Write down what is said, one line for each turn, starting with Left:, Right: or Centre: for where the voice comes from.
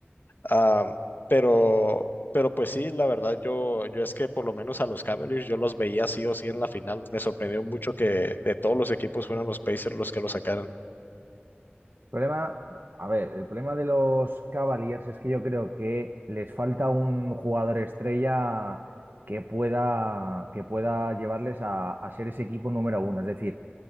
Left: Ah, pero, pero pues sí, la verdad, yo, yo es que por lo menos a los Cavaliers yo los veía sí o sí en la final. Me sorprendió mucho que de todos los equipos fueran los Pacers los que lo sacaran.
Right: El problema, a ver, el problema de los Cavaliers es que yo creo que les falta un jugador estrella que pueda, que pueda llevarles a, a ser ese equipo número uno. Es decir,